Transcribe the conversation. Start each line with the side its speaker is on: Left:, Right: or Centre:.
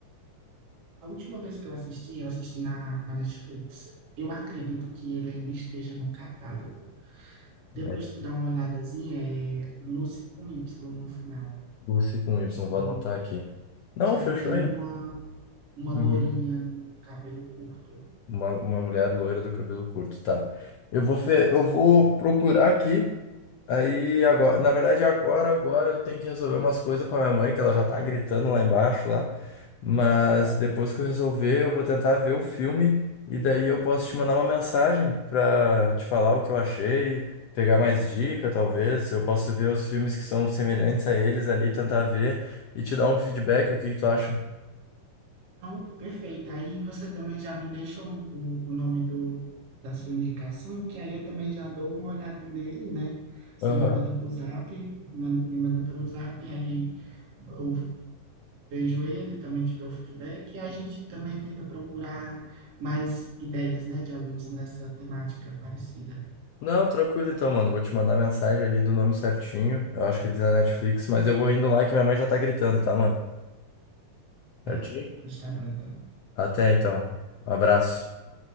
Right: A última vez que eu assisti, eu assisti na, na Netflix. Eu acredito que ele ainda esteja no catálogo. Depois
Left: Net-
Right: tu dá uma olhadazinha, é Lucy com Y no final.
Left: Lucy com Y,
Right: que
Left: vou anotar aqui. Não,
Right: que é
Left: fechou
Right: até
Left: aí.
Right: uma, uma
Left: Uhum.
Right: lourinha do cabelo curto.
Left: Uma, uma mulher loira do cabelo curto, tá. Eu vou, fe- eu vou procurar aqui. Aí agora, na verdade agora, agora eu tenho que resolver umas coisas com a minha mãe, que ela já tá gritando lá embaixo lá. Mas depois que eu resolver, eu vou tentar ver o filme e daí eu posso te mandar uma mensagem pra te falar o que eu achei, pegar mais dica, talvez. Eu posso ver os filmes que são semelhantes a eles ali, tentar ver e te dar um feedback, o que tu acha?
Right: Pronto, perfeito. Aí você também já me deixa o, o, o nome do, da sua indicação, que aí eu também já dou uma olhada nele, né? Você
Left: Aham.
Right: me manda pro zap, man- me manda pelo zap, aí eu vejo ele, também te dou feedback, e a gente também tenta procurar mais ideias, né, de alguns nessa temática parecida.
Left: Não, tranquilo então, mano. Vou te mandar a mensagem ali do nome certinho. Eu acho que ele tá na Netflix, mas eu vou indo lá que minha mãe já tá gritando, tá, mano?
Right: Tá,
Left: Certinho?
Right: pois tá bom então.
Left: Até então. Um abraço.